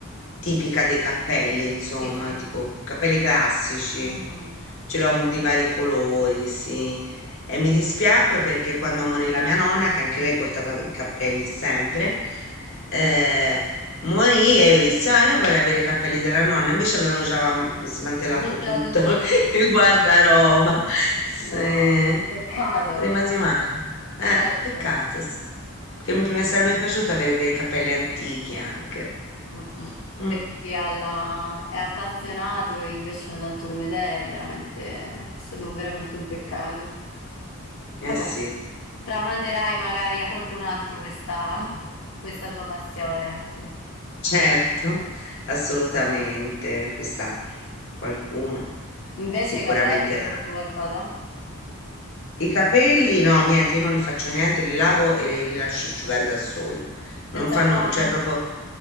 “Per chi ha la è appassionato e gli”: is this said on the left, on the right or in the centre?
Left